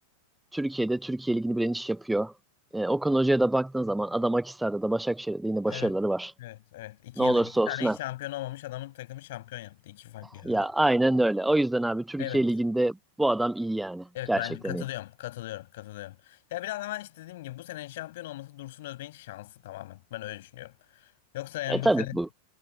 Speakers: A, in the centre; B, on the left (about 55°).
A: Türkiye'de Türkiye Ligi'ni bilen iş yapıyor. Ee, Okan Hoca'ya da baktığın zaman adam Akhisar'da da Başakşehir'de de yine başarıları
B: Evet.
A: var.
B: Evet, evet. İki
A: Ne olursa
B: yılda iki
A: olsun
B: tane
A: at.
B: hiç şampiyon olmamış adamın takımı şampiyon yaptı. iki farklı yerde.
A: Ya aynen öyle. O yüzden abi Türkiye
B: Evet.
A: Ligi'nde bu adam iyi yani.
B: Evet
A: Gerçekten
B: ben katılıyorum.
A: iyi.
B: Katılıyorum. Katılıyorum. Ya biraz ama işte dediğim gibi bu senenin şampiyon olması Dursun Özbek'in şansı tamamen. Ben öyle düşünüyorum. Yoksa yani
A: E
B: bu
A: tabii
B: sene
A: bu.